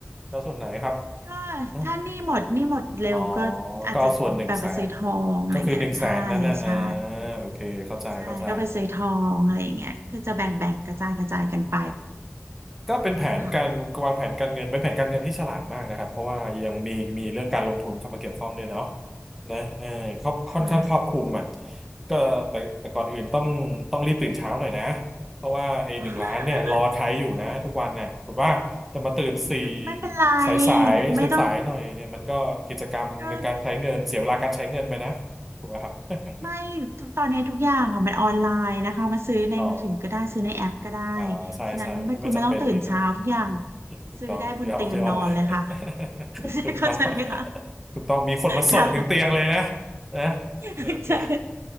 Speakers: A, in the centre; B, on the right (about 70°).
A: แล้วส่วนไหนครับ
B: ก็ถ้าหนี้หมดหนี้หมดเร็วก็อาจจะแบบไปซื้อทองอะไรเงี้ยใช่ใช่
A: อ๋ออ๋อก็เอาส่วนหนึ่งแสนก็คือหนึ่งแสนนั่นนะเออโอเคเข้าใจเข้าใจ
B: ใช่ก็ไปซื้อทองอะไรอย่างเงี้ยคือจะแบ่งแบ่งกระจายกระจายกันไป
A: ก็เป็นแผนการวางแผนการเงินเป็นแผนการเงินที่ฉลาดมากนะครับเพราะว่ายังมีมีเรื่องการลงทุนเข้ามาเกี่ยวข้องด้วยเนาะ
B: ค่ะ
A: นะเออครอบค่อนข้างครอบคลุมอ่ะ
B: ค่ะ
A: ก็แต่แต่ก่อนอื่นต้องต้องรีบตื่นเช้าหน่อยนะเพราะว่าไอ้หนึ่งล้านเนี่ยรอใช้อยู่นะทุกวันน่ะถูกว่าจะมาตื่นสี่
B: <laughs> ไม่เป็นไร
A: สายสายสายสายๆหน่อยเนี่ยมันก็กิจกรรมในการใช้เงินเสียเวลาการใช้เงินไปนะถูกไหมครับ
B: ไม่ต้องก็
A: <laughs>
B: ไม่ทุกตอนนี้ทุกอย่างอะมันออนไลน์นะคะมาซื้อในมือถือก็ได้ซื้อในแอปก็ได้
A: อ๋อ อ่าใช่ใช่ไม่จำเป็นที่ต้อง
B: ฉะนั้นไม่คุณไม่ต้องตื่นเช้าทุกอย่าง
A: ถูกต้องที่ออนที่ออนไลน์
B: ซื้อได้บนเตียงนอนเลยค่ะ
A: <laughs>
B: <laughs> ใช่เข้าใจไหมคะ
A: ถูกต้องถูกต้องมีคนมาส่งถึงเตียงเลยนะ
B: ค่ะ
A: นะ
B: <laughs>
A: โอเค
B: ใช่